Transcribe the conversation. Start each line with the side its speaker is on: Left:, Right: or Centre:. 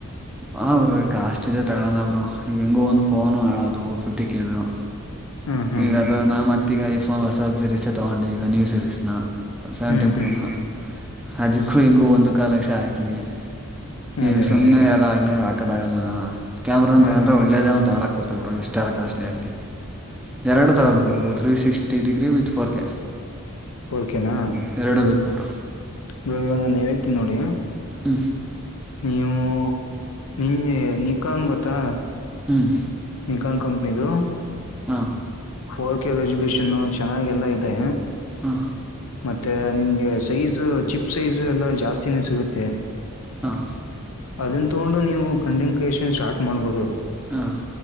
Centre: ಹಾಂ ಬರು ಈ ಕಾಸ್ಟ್ ಇದೆ ತಳ್ಳೋಣ ಬರು ಈಗ ಹೆಿಂಗೂ ಒಂದು ಫೋನು ಹೇಳೋದು ಫಿಫ್ಟಿ ಕೆದುು
Left: ಹ್ಮ್ ಹ್ಮ್
Centre: ಈಗ ಅಥ ನಾವು ಮತ್ತ ಈಗ ಐಫೋನ್ ಹೊಸಾದ ಸೀರೀಸೇ ತೊಗೊಂಡೆ ಈಗ ನ್ಯೂ ಸೀರೀಸ್ನ ಸಾವಟೆಂಪನ
Left: ಹ್ಮ್ ಹ್ಮ್
Centre: ಅದಿಕ್ಕೂ ಹೆಿಂಗು ಒಂದು ಕಾಲಕ್ಷ ಹಾಕಿವವಿ ಈ
Left: ಅದೇ
Centre: ಸುಮನೆ
Left: ಅದೇ
Centre: ಎಲ್ಲ ಆಗ್ಲಿ ಆಟೋ ಬ್ಯಾಗ ಕ್ಯಾಮ್ರಾ
Left: ಹ್ಮ್
Centre: ತಗೊಂಡ್ರೆ
Left: ಹ್ಮ್
Centre: ಒಳ್ಳೇದೇ ತಗಳಕ ೊಬ್ರು ಇಷ್ಟ ಎಲ್ ಕಾಸ್ಟ್ಲಿ ಆಗಲಿ ಎರಡು ತಗೋಬೇಕುಬ್ರು
Left: ಅದೇ
Centre: three sixty degree with four K
Left: ೋದಕೆನಾ
Centre: ಕೆರಡ ಬೇಕುಬ್ರು
Left: ಬ ನಾನು ಹೇಳ್ತೀನಿ ನೋಡಿ
Centre: ಹ್ಮ
Left: ನೀವು ನಿ ನಿ ಕನ್ ಗೊತ್ತಾ
Centre: ಹ್ಮ್
Left: ನಿಕಾನ್ ಕಂಪನಿದು
Centre: ಹಾ
Left: ಫೋರ್ ಕೆ ರೆಸೊಲ್ೂಷನ್ ಚೆನ್ನಾಗ ಎಲ್ಲಾ ಇದೆ
Centre: ಹಾ
Left: ಮತ್ತೆ ನಿಮ್ಗೆ ಸೈಜು ಚಿಪ್ ಸೈಜು ಎಲ್ಲ ಜಾಸ್ತಿನೇ ಸಿಗುತ್ತೆ
Centre: ಹಾಂ
Left: ಅದನ್ ತೋಂಡು ನೀವು ಕಂಡನ್ಸಷನ್ ಸ್ಟಾರ್ಟ್ ಮಾಡ್ಬೋದು.
Centre: ಹಾ